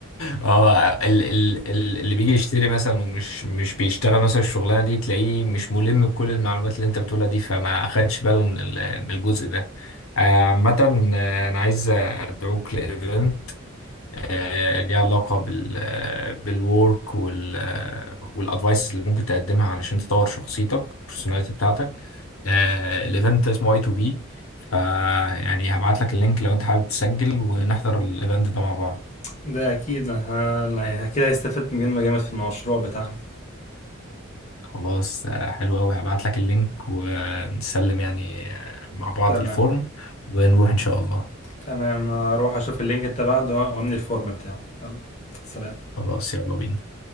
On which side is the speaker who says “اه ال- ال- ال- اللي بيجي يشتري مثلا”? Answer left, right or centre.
Left